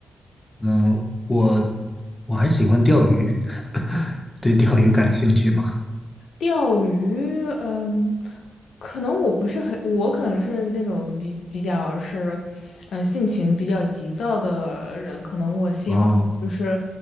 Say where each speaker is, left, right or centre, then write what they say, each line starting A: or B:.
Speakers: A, on the left; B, on the left.
A: <laughs> 嗯，我我还喜欢钓鱼，<laughs> 对钓鱼感兴趣吗？
B: 钓鱼，嗯，可能我不是很，我可能是那种比比较是，嗯，性情比较急躁的人，可能我希望就是，
A: 哦，